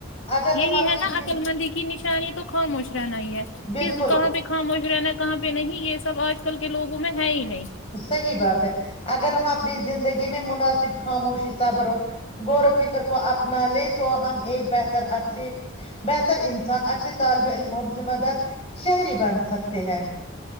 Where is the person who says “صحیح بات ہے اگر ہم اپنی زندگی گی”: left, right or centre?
Left